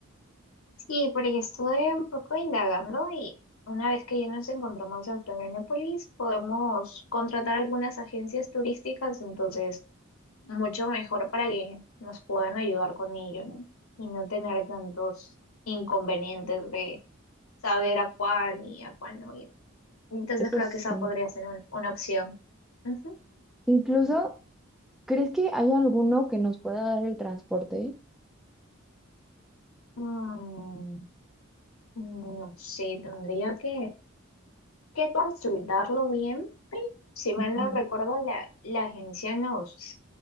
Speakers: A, on the left; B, in the centre.
A: Sí, porque estuve un poco indagando y una vez que ya nos encontramos en Florianópolis, podemos contratar algunas agencias turísticas, entonces mucho mejor para que nos puedan ayudar con ello, ¿no? Y no tener tantos inconvenientes de saber a cuál y a cuál no ir. Entonces
B: Eso
A: creo
B: sí.
A: que esa podría ser un- una opción. Ujú.
B: Incluso, ¿crees que hay alguno que nos pueda dar el transporte?
A: Mm, no sé, tendría que, que consultarlo bien. pero Si
B: Ujú.
A: mal no recuerdo, la, la agencia nos,